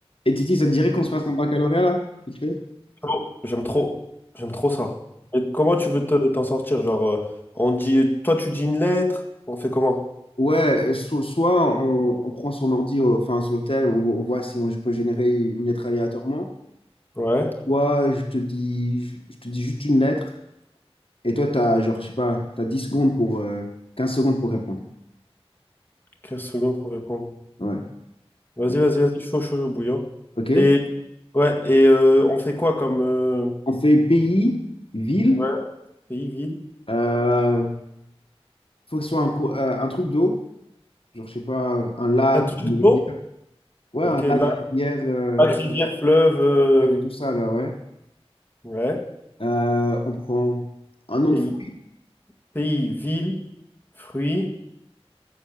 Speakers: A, on the left; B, on the left.
A: Et Titi, ça te dirait qu'on se fasse un baccalauréat là? vite fait
B: Oh, J'aime trop. J'aime trop ça. Et comment tu veux te- t'en sortir? Genre, euh, on dit, toi, tu dis une lettre, on fait comment?
A: Ouais, so- soit on, on prend son ordi euh, enfin, sur le tel, on, on voit si on, je peux générer une lettre aléatoirement.
B: Ouais,
A: Soit je te dis, je, je te dis juste une lettre et toi, tu as, genre, je sais pas, tu 10 secondes pour, euh, 15 secondes pour répondre.
B: 15 secondes pour répondre.
A: Ouais.
B: Vas-y,
A: ouais.
B: vas-y, vas-y, chaud, chaud, chaud, bouillant.
A: OK?
B: Et, ouais, et euh, on fait quoi comme euh,
A: On fait pays, ville,
B: ouais, pays, ville?
A: euh, faut que ce soit un, co- euh, un truc d'eau, genre, je sais pas, un lac,
B: Un truc
A: une
B: d'eau?
A: rivière. Ouais,
B: Ok,
A: un
B: lac,
A: lac, rivière, euh,
B: lac, rivière, fleuve. euh,
A: bref, tout ça là, ouais.
B: ouais,
A: Euh, on prend un nom
B: pays,
A: de fruit.
B: pays, ville, fruits,